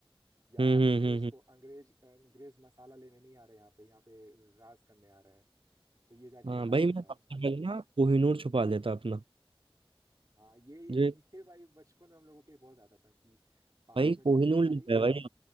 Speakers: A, on the right (about 35°); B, on the right (about 60°).
A: या
B: हम्म हम्म
A: अंग्रेज
B: हम्म
A: को
B: हम्म।
A: अंग्रेज अंग्रेज मसाला लेने नहीं आ रहे यहाँ पे यहाँ पे राज करने आ रहे हैं तो ये जाके
B: हाँ
A: बता
B: भाई
A: दूंगा
B: मैं सबसे पहले ना कोहिनूर छुपा लेता अपना
A: हाँ ये ये,
B: जो
A: <laughs> ये भाई बचपन में हम लोगों के बहुत आता था कि पास्ट
B: भाई
A: में चले
B: कोहिनूर
A: जाए भाई
B: लेता है भाई